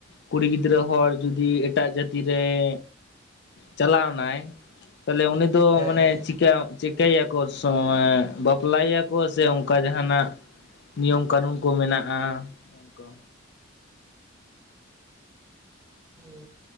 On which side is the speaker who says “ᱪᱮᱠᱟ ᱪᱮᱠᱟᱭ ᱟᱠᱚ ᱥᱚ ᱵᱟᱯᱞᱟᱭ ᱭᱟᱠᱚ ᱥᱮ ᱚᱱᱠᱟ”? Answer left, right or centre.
Left